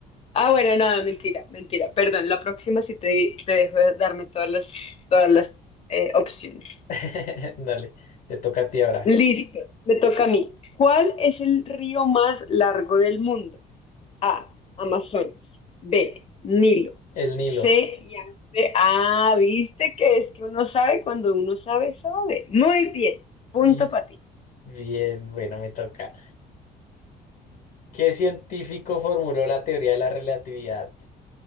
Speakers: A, on the left (about 35°); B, on the left (about 60°).
A: Ah, bueno, no, mentira, mentira. Perdón, la próxima sí te, te dejo darme todas las, todas las eh, opciones.
B: <laughs> Dale, te toca a ti ahora.
A: Listo, me toca a mí. ¿Cuál es el río más largo del mundo? A, Amazonas. B, Nilo.
B: El Nilo.
A: C, Yangtze. Ah, viste que es que uno sabe cuando uno sabe, sabe. Muy bien, punto
B: Y
A: para ti.
B: bien, bueno, me toca. ¿Qué científico formuló la teoría de la relatividad?